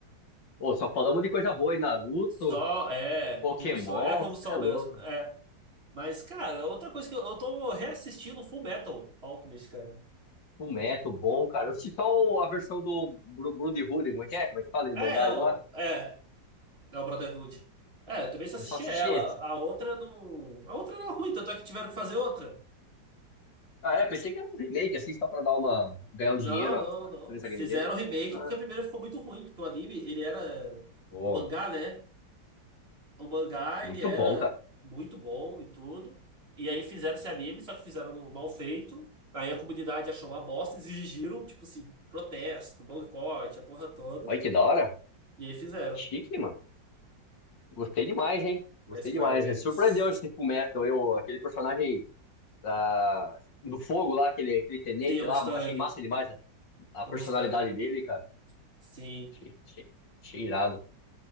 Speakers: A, on the left; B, on the right.
A: Ô, só falamos de coisa boa aí, Naruto,
B: Só, é,
A: Pokémon,
B: convulsão, é convulsão
A: cê é louco.
B: mesmo, é. Mas, cara, outra coisa que eu, eu tô reassistindo Full Metal Alchemist, cara.
A: Fullmetal, bom, cara. Eu assisti só o- a versão do Bru- Brotherhood, como é que é? Como é que fala, Irmandade
B: É, não,
A: lá?
B: é, é o Brotherhood. É, eu também só
A: Eu
B: assisti
A: só assisti
B: ela,
A: esse.
B: a outra não... A outra era ruim, tanto é que tiveram que fazer outra.
A: Ah, é, pensei que era um remake, assim, só pra dar uma... ganhar um dinheiro,
B: Não,
A: ó,
B: não,
A: pra
B: não.
A: empresa
B: Fizeram
A: ganhar dinheiro.
B: remake
A: Ah,
B: porque a primeira ficou muito ruim, porque o anime, ele era...
A: pô,
B: O mangá, né? o mangá
A: muito
B: ele era
A: bom, cara.
B: muito bom e tudo. E aí fizeram esse anime, só que fizeram mal feito. Aí a comunidade achou uma bosta, exigiram, tipo assim, protesto, boicote, a porra toda.
A: Olha que da hora.
B: E aí fizeram.
A: Chique, mano. Gostei demais, hein? Gostei
B: A Square
A: demais, né?
B: Enix.
A: Surpreendeu esse Fullmetal, eu, aquele personagem da... do fogo lá, aquele, aquele tenente
B: Sim, a Mustang.
A: lá, achei massa demais né? a
B: A
A: personalidade
B: Mustang.
A: dele, cara.
B: Sim.
A: Achei, achei, achei irado.